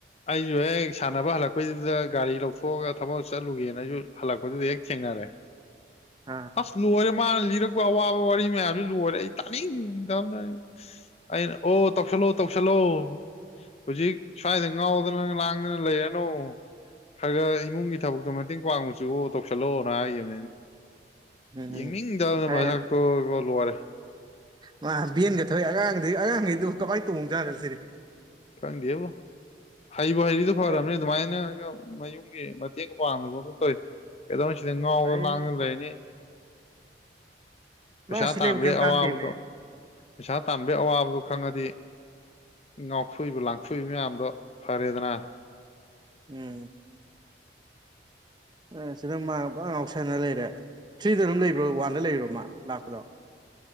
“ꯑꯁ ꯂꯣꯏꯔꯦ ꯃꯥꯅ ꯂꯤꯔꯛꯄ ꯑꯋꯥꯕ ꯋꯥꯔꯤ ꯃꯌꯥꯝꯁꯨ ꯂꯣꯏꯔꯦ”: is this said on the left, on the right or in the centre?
Left